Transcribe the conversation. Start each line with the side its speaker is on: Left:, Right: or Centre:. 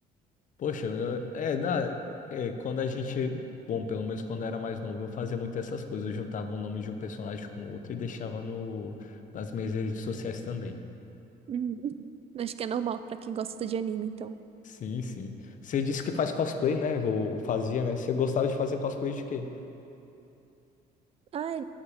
Left: Poxa, eu- é, na, é, quando a gente, bom, pelo menos quando eu era mais novo, eu fazia muito essas coisas. Eu juntava o nome de um personagem com outro e deixava no, nas minhas redes sociais também.
Right: Uhum. Acho que é normal pra quem gosta de anime, então.
Left: Sim, sim. Você disse que faz cosplay, né? Ou fazia, né? Você gostava de fazer cosplay de quê?
Right: Ai,